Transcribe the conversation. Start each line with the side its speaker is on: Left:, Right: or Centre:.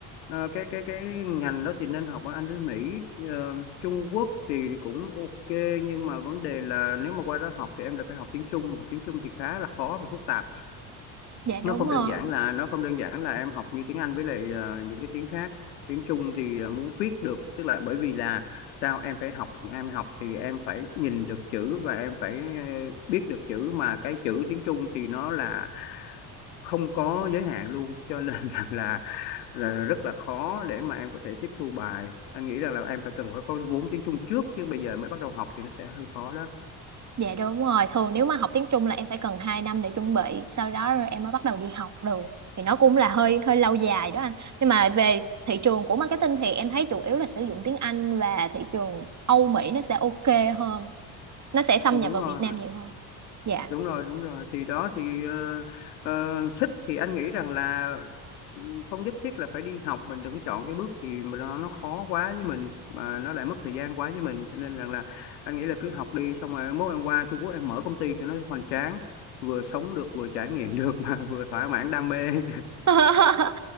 Left: ờ, cái cái cái ngành đó thì nên học ở Anh với Mỹ Ờ, Trung Quốc thì cũng ok nhưng mà vấn đề là nếu mà qua đó học thì em lại phải học tiếng Trung Mà học tiếng Trung thì khá là khó và phức tạp
Right: dạ đúng
Left: nó không
Right: rồi
Left: đơn giản là nó không đơn giản là em học như tiếng Anh với lại ờ, những cái tiếng khác tiếng Trung thì ờ, muốn viết được tức là bởi vì là sao em phải học em học thì em phải nhìn được chữ và em phải ờ, biết được chữ mà cái chữ tiếng Trung thì nó là không có giới hạn luôn cho nên <laughs> rằng là, là rất là khó để mà em có thể tiếp thu bài anh nghĩ rằng là em phải cần phải có vốn tiếng Trung trước chứ bây giờ mới bắt đầu học thì nó sẽ hơi khó đó
Right: Dạ đúng rồi, thường nếu mà học tiếng Trung là em phải cần 2 năm để chuẩn bị, sau đó rồi em mới bắt đầu đi học được. Thì nó cũng là hơi hơi lâu dài đó anh. Nhưng mà về thị trường của marketing thì em thấy chủ yếu là sử dụng tiếng Anh và thị trường Âu Mỹ nó sẽ ok hơn. Nó sẽ xâm
Left: đúng
Right: nhập vào
Left: rồi
Right: Việt Nam nhiều hơn. Dạ.
Left: đúng rồi đúng rồi thì đó thì ờ, ờ, thích thì anh nghĩ rằng là ừ, không nhất thiết là phải đi học mình đừng chọn cái bước gì mà nó nó khó quá với mình mà nó lại mất thời gian quá với mình cho nên rằng là anh nghĩ là cứ học đi xong rồi mốt em qua Trung Quốc em mở công ty cho nó hoành tráng vừa sống được vừa trải nghiệm <laughs> được mà vừa thỏa mãn đam mê <laughs>
Right: <laughs>